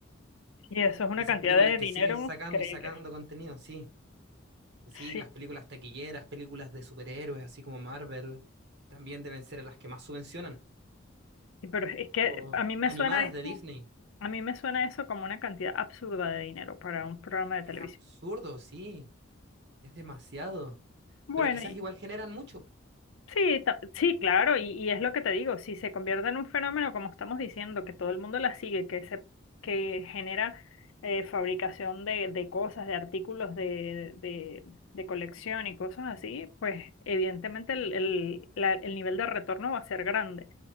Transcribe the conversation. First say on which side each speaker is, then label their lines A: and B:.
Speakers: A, on the left; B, on the right.
A: Y eso es una
B: Esas
A: cantidad
B: películas
A: de
B: que
A: dinero
B: siguen sacando
A: increíble.
B: y sacando contenido, sí. Sí,
A: Sí,
B: las películas taquilleras, películas de superhéroes, así como Marvel, también deben ser las que más subvencionan.
A: sí, pero es que
B: O
A: a mí me
B: animadas
A: suena eso,
B: de Disney.
A: a mí me suena eso como una cantidad absurda de dinero para un programa
B: Es,
A: de
B: es
A: televisión.
B: absurdo, sí, es demasiado.
A: Bueno,
B: Pero quizás
A: y
B: igual generan mucho,
A: Sí, ta- sí, claro, y, y es lo que te digo, si se convierte en un fenómeno, como estamos diciendo, que todo el mundo la sigue, que se, que genera eh, fabricación de, de cosas, de artículos de, de, de colección y cosas así, pues evidentemente el, el, la- el nivel de retorno va a ser grande,